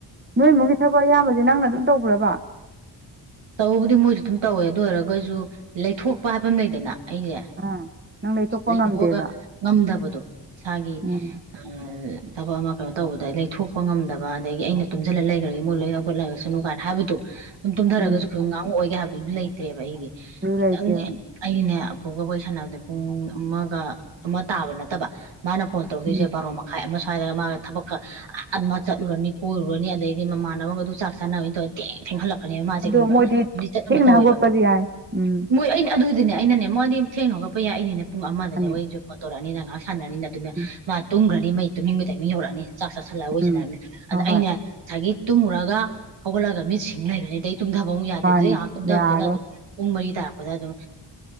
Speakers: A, on the right (about 25°); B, on the right (about 80°).
A: ꯅꯣꯏꯃꯨꯛꯒꯤ ꯊꯕꯛ ꯑꯌꯥꯝꯕꯁꯦ ꯅꯪꯅ ꯑꯗꯨꯝ ꯇꯧꯕ꯭ꯔꯕ
B: ꯇꯧꯕꯕꯨꯗꯤ ꯃꯣꯏꯁꯨ ꯑꯗꯨꯝ ꯇꯧꯋꯦ ꯑꯗꯨ ꯑꯣꯏꯔꯒꯁꯨ ꯂꯩꯊꯣꯛꯄ ꯍꯥꯏꯐꯝ ꯑꯃ ꯂꯩꯗꯅ ꯑꯩꯁꯦ
A: ꯑꯥ ꯅꯪ ꯂꯩꯊꯣꯛꯄ
B: ꯂꯩꯊꯣꯛꯑꯒ
A: ꯉꯝꯗꯦꯕ
B: ꯉꯝꯗꯕꯗꯣ ꯏꯁꯥꯒꯤ
A: ꯎꯝ
B: ꯑ ꯊꯕꯛ ꯑꯃ ꯀꯩꯅꯣ ꯇꯧꯕꯗ ꯂꯩꯊꯣꯛꯄ ꯉꯝꯗꯕ ꯑꯗꯒꯤ ꯑꯩꯅ ꯇꯨꯝꯁꯤꯜꯂ ꯂꯩꯈ꯭ꯔꯒꯦ ꯃꯣꯏ ꯂꯣꯏ ꯍꯧꯒꯠꯂꯒꯁꯨ ꯨ ꯀꯥꯏꯅ ꯍꯥꯏꯕꯗꯣ ꯑꯗꯨꯝ ꯇꯨꯝꯊꯔꯒꯁꯨꯝ
A: ꯎꯝ
B: ꯉꯥꯡꯉꯧꯑꯣꯏꯒꯦ ꯍꯥꯏꯕꯗꯨ ꯑꯗꯨꯝ ꯂꯩꯇ꯭ꯔꯦꯕ ꯑꯩꯗꯤ
A: ꯑꯗꯨ
B: ꯈꯤꯇꯪꯅꯦ
A: ꯂꯩꯇꯦꯕ
B: ꯑꯩꯅꯦ ꯄꯨꯀ ꯋꯥꯔꯤꯣꯏ ꯁꯥꯟꯅꯕꯗ ꯄꯨꯡ ꯑꯃꯒ ꯑꯃ ꯇꯥꯕ ꯅꯠꯇꯕ ꯃꯥꯅ ꯐꯣꯟ ꯇꯧꯗꯔꯤꯣꯏꯁꯦ
A: ꯎꯝ
B: ꯕꯥꯔꯣ ꯃꯈꯥꯏ ꯑꯃꯁꯨ ꯁ꯭ꯋꯥꯏꯗꯒ ꯃꯥꯒ ꯊꯕꯛꯀ ꯑ ꯑꯃ ꯆꯠꯂꯨꯔꯅꯤ ꯀꯣꯏꯔꯨꯔꯅꯤ ꯑꯗꯩꯗꯤ ꯃꯃꯥꯟꯅꯕꯒ ꯑꯗꯨ ꯆꯥꯛ ꯁꯥꯟꯅꯕꯅꯤꯅ ꯇꯧ ꯊꯦꯡ ꯊꯦꯡꯍꯜꯂꯛꯀꯅꯦꯕ ꯃꯥꯁꯦ
A: ꯑꯗꯣ
B: ꯈꯪꯕ꯭ꯔ
A: ꯃꯣꯏꯗꯤ
B: ꯂꯤꯆꯠ
A: ꯊꯦꯡꯅ
B: ꯑꯃ ꯇꯧꯋꯦꯕ
A: ꯍꯧꯒꯠꯄꯁꯨ ꯌꯥꯏ ꯎꯝ
B: ꯃꯣꯏ ꯑꯩꯅ ꯑꯗꯨ ꯑꯗꯨꯅꯦ ꯑꯩꯅꯅꯦ ꯃꯣꯏꯗꯤ ꯊꯦꯡꯅ ꯍꯧꯒꯠꯄ ꯌꯥꯏ ꯑꯩꯅꯤꯅꯦ ꯄꯨꯡ ꯑꯃꯗꯅꯦ
A: ꯃꯥꯅꯤ
B: ꯃꯈꯣꯏꯁꯨ ꯇꯧꯛꯅꯤꯅ ꯁꯥꯟꯅꯅꯤꯅ ꯑꯗꯨꯅ
A: ꯎꯝ
B: ꯃꯥ ꯇꯨꯝꯈ꯭ꯔꯅꯤ ꯃꯩ ꯇꯨꯝꯅꯤꯡꯕ ꯇꯥꯏꯃꯤꯡ ꯌꯧꯔꯛꯑꯅꯤ ꯆꯥꯛ ꯆꯥꯥꯁꯜꯂꯑꯑꯣꯣꯏꯁꯤꯅ
A: ꯎꯝ
B: ꯍꯥꯏꯔꯕꯅꯤ
A: ꯍꯣꯏ
B: ꯑꯗ
A: ꯍꯣꯏ
B: ꯑꯩꯅ ꯉꯁꯥꯏꯒꯤ ꯇꯨꯝꯃꯨꯔꯒ ꯍꯧꯒꯠꯂꯒ ꯃꯤ ꯁꯤꯡꯅꯈꯅꯤ ꯑꯗꯩ ꯇꯨꯝꯊꯕ ꯑꯃꯨꯛ ꯌꯥꯗꯦ
A: ꯃꯥꯅꯦ
B: ꯑꯗꯨꯗꯩ ꯉꯥꯏꯍꯥꯛ ꯇꯨꯝꯊꯕꯗꯨꯅ
A: ꯌꯥꯔꯣꯏ
B: ꯑꯗꯨꯝ ꯄꯨꯡ ꯃꯔꯤ ꯇꯥꯔꯛꯄꯗ ꯑꯗꯨꯝ